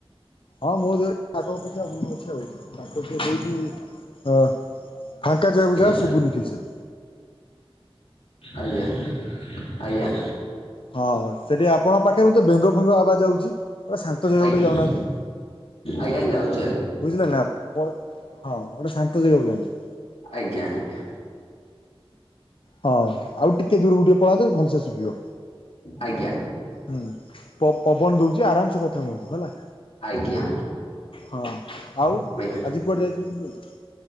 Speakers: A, on the left; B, on the left.
A: ହ ମୋ ଦେହ ଆଗ ଅପେକ୍ଷା ଭଲ ଅଛି ଆଉ ତାଙ୍କର ଟିକେ ହେଉଚି ଅ। ଫାଙ୍କା ଯାଗାକୁ
B: ଆଜ୍ଞା?
A: ଯା ଶୁଭୁନି କିଛି।
B: ଆଜ୍ଞା ଆଜ୍ଞା
A: ହଁ ସେଠି ଆପଣଙ୍କ ପାଖେ ବୋଧେ ବେଙ୍ଗ ଫେଙ୍ଗ ଆବାଜ ଆଉଛି ଗୋଟେ ଶାନ୍ତ ଜାଗାକୁ
B: ଆଜ୍ଞା
A: ଟିକେ ଯାଉନାହାନ୍ତି।
B: ଆଜ୍ଞା ଯାଉ
A: ବୁଝିଲେ ନା ବ ହଁ ଗୋଟେ ଶାନ୍ତ ଜାଗାକୁ ଯଆନ୍ତୁ।
B: ଆଜ୍ଞା ଆଜ୍ଞା
A: ହ ଆଉ ଟିକେ ଦୂରକୁ ଟିକେ ପଳାନ୍ତୁ ଭଲସେ ଶୁଭିବ।
B: ଆଜ୍ଞା
A: ହୁଁ ପ ପବନ ଦଉଛି ଆରାମସେ କଥା ହୁଅନ୍ତୁ ହେଲା।
B: ଆଜ୍ଞା
A: ହଁ ଆଉ
B: ଆଜ୍ଞା
A: ଆଜି କୁଆଡେ ଯାଇଥିଲୁ ବୁଲିବାକୁ?